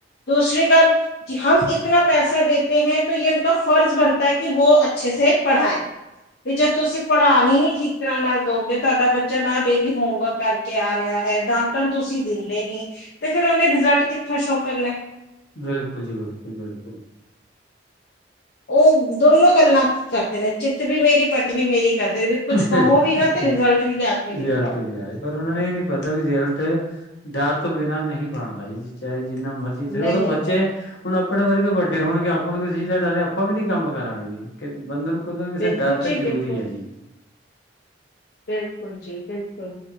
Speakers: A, on the left; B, on the left.
A: ਦੂਸਰੀ ਗੱਲ ਜ ਹ ਇਤਨਾ ਪੈਸਾ ਦੇਤੇ ਹੈ ਤੇ ਇਹ ਫਰਜ਼ ਬਣਦਾ ਹੈ ਕਿ ਵੋ ਅੱਛੇ ਸ ਪੜ੍ਹਾਏ ਵੀ ਜੇ ਤੁਸੀਂ ਪੜ੍ਹਾਨ ਹੀ ਨੀ ਠੀਕ ਤਰ੍ਹਾਂ ਨਾਲ ਦੋਗੇ ਤੁਹਾਡਾ ਬੱਚਾ ਨਾ ਡੇਲੀ ਹੋਮਵਰਕ ਕਰਕੇ ਆ ਰਿਹਾ ਹੈ ਡਾਟਨ ਤੁਸੀਂ ਦਿੰਦੇ ਨੀ ਤੇ ਫਿਰ ਉਹਨੇ ਰਿਜ਼ਲਟ ਕਿੱਥ ਸ਼ੋ ਕਰਨਾ
B: ਬਿਲਕੁਲ ਜੀ ਬਿਲਕੁਲ ਬਿਲਕੁਲ
A: ਉਹ ਦੋਨੋ ਗੱਲਾਂ ਕਰਦੇ ਨੇ ਚਿੱਤ ਵੀ ਮੇਰੀ ਪੱਟ ਵੀ ਮੇਰੀ ਕਰਦੇ ਵੀ ਕੁਛ ਕਹੋ
B: ਬਿਲਕੁਲ
A: ਵੀ ਨਾ ਤੇ ਰਿਜ਼ਲਟ ਵੀ ਲਿਆ ਕੇ
B: ਰਐਲਟ
A: ਦਿਖਾਓ
B: ਵੀ ਆਏ ਪਰ ਉਹਨਾ ਨੇ ਇਹ ਨੀ ਪਤਾ ਵੀ ਰਅਲਟ ਡਰ ਤੋਂ ਬਿਨਾਂ ਨਹੀਂ ਬਣਦਾ ਜ ਚਾਹੇ ਜਿੰਨਾ ਮਰਜ਼ੀ ਤੁ
A: ਨਹੀਂ
B: ਉਹੋਂ ਬੱਚੇ
A: ਆਂਦਾ
B: ਹੁਣ ਆਪਣੇ ਵਰਗੇ ਵੱਡੇ ਹੋਣਗੇ ਆਪਾਂ ਨੂੰ ਕਿਸਸੀ ਸਾਡਾ ਆਪਾਂ ਵੀ ਨੀ ਕੰਮ ਕਰਾਂਗੇ ਜੀ ਬੰਦੇ ਨੂੰ ਕਿੋਂ ਕਿਸੇ
A: ਬਿਲਕੁਲ
B: ਡਰ
A: ਜੀ
B: ਤਾਂ ਜਰੂਰੀ
A: ਬਿਲਕੁਲ
B: ਹੈੀ
A: ਬਿਲਕੁਲ ਜੀ ਬਿਲਕੁਲ